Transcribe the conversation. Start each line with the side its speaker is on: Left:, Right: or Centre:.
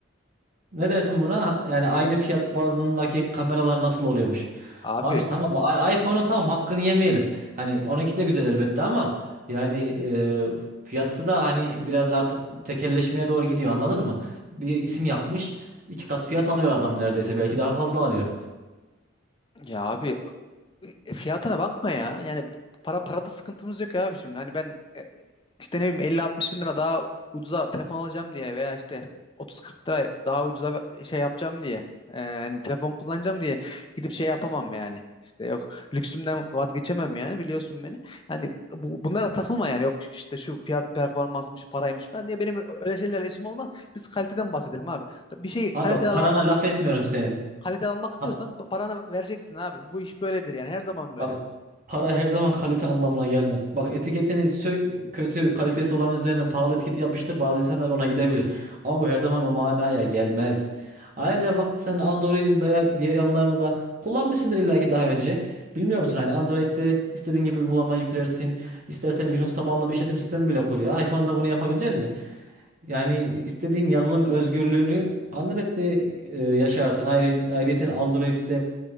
Right: Ne dersin buna? Yani aynı fiyat bandındaki kameralar nasıl oluyormuş?
Left: Abi
Right: Abi işte tamam i- iPhone'un tamam hakkını yemeyelim. Hani onunki de güzel elbette ama yani e, fiyatı da hani biraz artık tekelleşmeye doğru gidiyor anladın mı? Bir isim yapmış iki kat fiyat alıyor adam neredeyse belki daha fazla alıyor.
Left: ya abi E, Fiyatına bakma ya. Yani para parada sıkıntımız yok abi şimdi. Hani ben e, işte ne bileyim 50-60 bin lira daha ucuza telefon alacağım diye veya işte 30-40 lira daha ucuza ve- şey yapacağım diye. e, hani telefon kullanacağım diye gidip şey yapamam yani. İşte yok lüksümden vazgeçemem yani biliyorsun beni. Hani bu, bunlara takılma yani. Yok işte şu fiyat performansmış, paraymış falan diye benim öyle şeylerle işim olmaz. Biz kaliteden bahsedelim abi. Bir şeyi
Right: Abi
Left: kaliteli
Right: bak parana
Left: al,
Right: laf etmiyorum senin.
Left: kalite almak istiyorsan
Right: Ha,
Left: pa- paranı vereceksin abi. Bu iş böyledir yani her zaman
Right: Bak
Left: böyledir.
Right: para her zaman kalite anlamına gelmez. Bak etiketini sök, kötü kalitesi olan üzerine pahalı etiketi yapıştır. Bazı insanlar ona gidebilir. Ama bu her zaman o manaya gelmez. Ayrıca bak sen Android'in diğer, diğer yanlarını da kullanmışsındır illaki daha önce. Bilmiyor musun hani Android'de istediğin gibi uygulama yüklersin. İstersen Linux tabanlı bir işletim sistemi bile kur ya. iPhone'da bunu yapabilecek misin? Yani istediğin yazılım özgürlüğünü Android'de e, yaşarsın. Ayrı, ayrıyeten Android'de